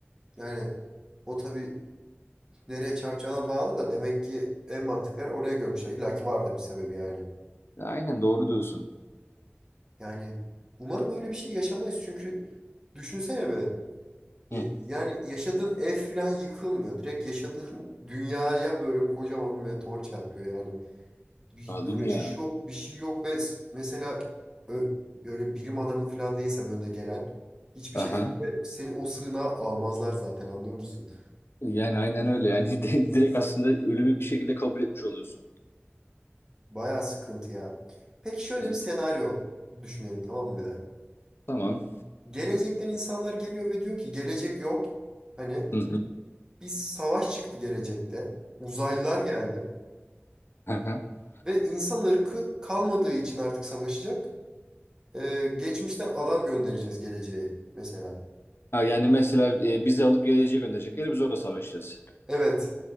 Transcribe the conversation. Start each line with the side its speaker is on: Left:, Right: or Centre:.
Right: Yani o tabii nereye çarpacağına bağlı da demek ki en mantıklar oraya görmüşler. İlla ki vardır bir sebebi yani.
Left: Aynen doğru diyorsun.
Right: Yani umarım öyle bir şey yaşamayız çünkü düşünsene be. Ya-
Left: Hı.
Right: Yani yaşadığın ev falan yıkılmıyor. Direkt yaşadığın <laughs> dünyaya böyle kocaman bir meteor çarpıyor yani. Bir
Left: Aa,
Right: kaçış
Left: değil mi ya?
Right: yok, bir şey yok ve s- mesela ö- böyle bilim adamı falan değilsen önde gelen hiçbir
Left: Aha.
Right: şekilde seni o sığınağa almazlar zaten anlıyor musun?
Left: Yani aynen öyle. Yani <laughs> di- direkt aslında ölümü bir şekilde kabul etmiş oluyorsun.
Right: Bayağı sıkıntı ya. Peki şöyle
Left: Evet,
Right: bir senaryo düşünelim tamam mı bir de?
Left: tamam.
Right: Gelecekten insanlar geliyor ve diyor ki gelecek yok. Hani
Left: Hı hı.
Right: bir savaş çıktı gelecekte. Uzaylılar geldi.
Left: <laughs>
Right: Ve insan ırkı kalmadığı için artık savaşacak. Ee, geçmişten adam göndereceğiz geleceğe mesela.
Left: Ha, yani mesela e, bizi alıp geleceğe gönderecekler. Biz orada savaşacağız.
Right: Evet.